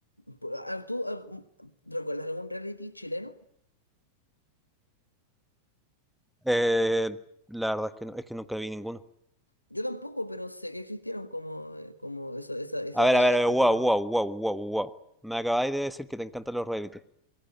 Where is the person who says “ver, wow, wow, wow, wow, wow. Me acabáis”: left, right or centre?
Centre